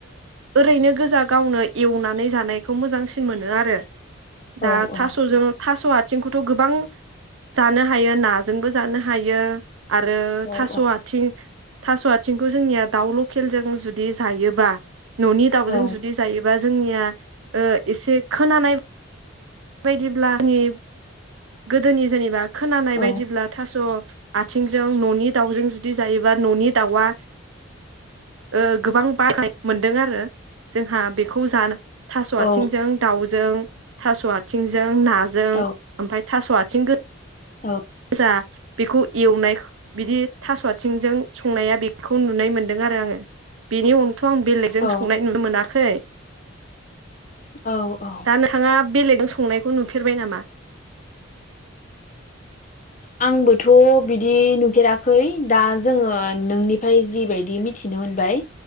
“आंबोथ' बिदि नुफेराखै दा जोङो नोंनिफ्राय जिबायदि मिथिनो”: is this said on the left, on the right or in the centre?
Left